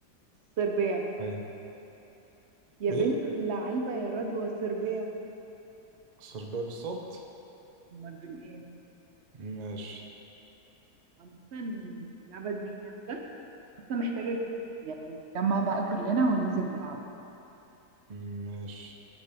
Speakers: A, on the right (about 60°); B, on the right (about 75°).
A: صربيا
B: ايوه
A: يا
B: ايه
A: بنت اللعيبة يا رضوى صربيا
B: سرباب الصد
A: امال بالايه
B: ماشي
A: عامة اللعبة دي جامدة بس محتاجة يعني نتجمع بقى كلنا وننزل نلعب
B: <clears throat> ماشي